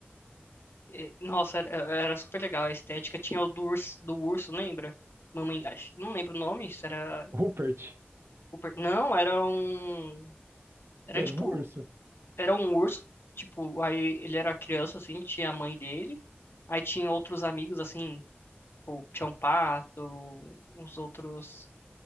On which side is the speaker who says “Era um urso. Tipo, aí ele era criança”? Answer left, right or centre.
Left